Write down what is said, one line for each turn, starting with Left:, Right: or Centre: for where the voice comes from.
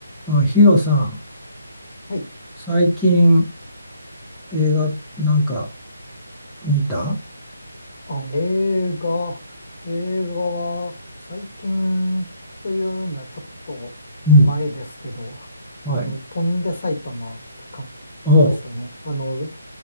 Centre: あ、ヒロさん、
Left: はい。
Centre: 最近映画なんか見た
Left: あ、映画。映画は最近というにはちょっと前ですけど、
Centre: うん。はい。
Left: あの、飛んで埼玉とか見ましたね。
Centre: おう
Left: あの、